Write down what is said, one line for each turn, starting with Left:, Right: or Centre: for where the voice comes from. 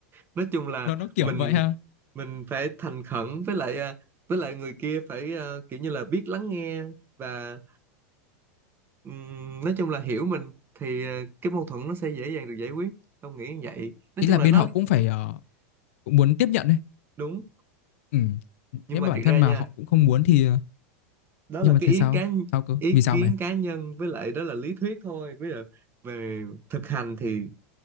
Right: nói chung là
Left: nó nó kiểu
Right: mình
Left: vậy ha
Right: mình phải thành khẩn với lại à, với lại người kia phải à, kiểu như là biết lắng nghe và ừm, nói chung là hiểu mình thì à, cái mâu thuẫn nó sẽ dễ dàng được giải quyết không nghĩ như vậy nói
Left: ý
Right: chung
Left: là
Right: là
Left: bên
Right: nó
Left: họ cũng phải ờ, cũng muốn tiếp nhận đấy
Right: đúng
Left: ừ.
Right: nhưng
Left: nếu
Right: mà
Left: mà
Right: thiệt
Left: bản thân
Right: ra
Left: mà
Right: nha
Left: họ cũng không muốn thì ờ,
Right: đó
Left: nhưng
Right: là
Left: mà
Right: cái
Left: thế
Right: ý
Left: sao
Right: kiến
Left: sao cơ
Right: ý
Left: vì sao
Right: kiến
Left: mày
Right: cá nhân với lại đó là lý thuyết thôi bây giờ về thực hành thì